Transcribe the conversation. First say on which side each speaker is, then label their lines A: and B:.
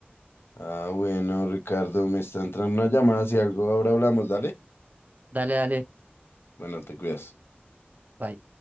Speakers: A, on the left (about 75°); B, on the right (about 45°).
A: Ah, bueno, Ricardo, me está entrando una llamada. Si algo ahora hablamos, dale.
B: Dale, dale.
A: Bueno, te cuidas.
B: bye